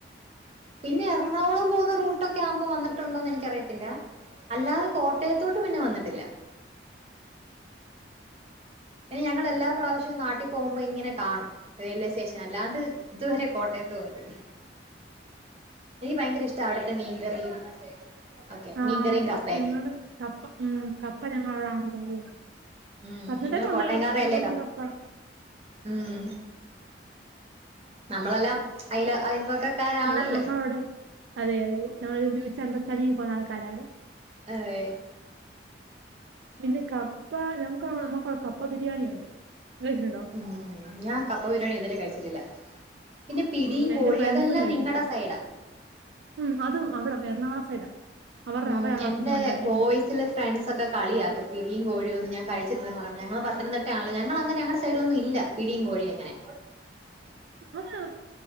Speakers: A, on the right; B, on the right.
A: പിന്നെ എറണാകുളം പോകുന്ന റൂ ട്ടൊക്കെ ആവുമ്പോ വന്നിട്ടുണ്ടോ എന്ന് എനിക്കറിയത്തില്ല. അല്ലാതെ കോട്ടയത്തോട്ട് പിന്നെ വന്നിട്ടില്ല. പിന്നെ ഞങ്ങൾ എല്ലാ പ്രാവശ്യവും നാട്ടി പോകുമ്പോ ഇങ്ങനെ കാണും റെയിൽവേ സ്റ്റേഷൻ. അല്ലാണ്ട് ഇതുവരെ കോട്ടയത്ത് പോയിട്ടില്ല. എനിക്ക് ഭയങ്കര ഇഷ്ട അവിടുത്തെ മീൻകറിയും ഓക്കെ
B: ആ
A: മീൻകറിയും
B: അത്
A: കപ്പയൊക്കെ
B: ഞങ്ങള് കപ്പ ഉം കപ്പ ഞങ്ങവിടെണണ്ടല്ലേ
A: ഉം
B: പത്തനതിട്ടയിലും
A: നിങ്ങൾ
B: ഇണ്ടല്ലോ
A: കോട്ടയംകാരല്ലേ
B: പത്തനതിട്ടയിലും കപ്പ
A: ഉം നമ്മളെല്ലാം അയില് അയിൽ വക്കക്കാരാണല്ലോ
B: അതെ നമ്മളവിടെ അതെ അതെ നമ്മൾ തമ്മി കൊറച്ച് അണ്ടർസ്റ്റാൻഡിങ്ങ് പോവുന്ന ആൾക്കാരാണ്
A: അതെ
B: പിന്നെ കപ്പ നമുക്ക് നമ്മക്ക കപ്പ ബിരിയാണി ഉണ്ട് കയിച്ചിട്ടുണ്ടോ
A: ഉം ഞാൻ കപ്പ ബിരിയാണി ഇതുവരെ കയിച്ചിട്ടില്ല പിന്നെ പിടീംയും
B: ഉം എന്റെ
A: കോഴീ
B: ഫ്രണ്ട്സും
A: അതെല്ലാം
B: കഴിച്ചിട്ടില്ല.
A: നിങ്ങടെ സൈഡാ
B: ഉം അതും അവിട എറണാകുള സൈഡ അവരുടെ
A: ഉം
B: അവരാണ്
A: എന്റെ
B: അ സംഭവം ഉണ്ടാക്കിയിരിക്കുന്നത്.
A: ബോയ്സില് ഫ്രണ്ട്സ് ഒക്കെ കളിയാക്കും പിയും കോഴിയ ഒന്ന ഞൻ കഴിച്ചിട്ടില്ലെന്ന് പറയുമ്പോ ഞങ്ങള് പത്തനംട്ട ആല്ലോ ഞങ്ങെ ഞുടെ.... സൈഡിലൊന്നും ഇല്ല പിടിയും കോഴിയ അങ്ങനെ.
B: അതാ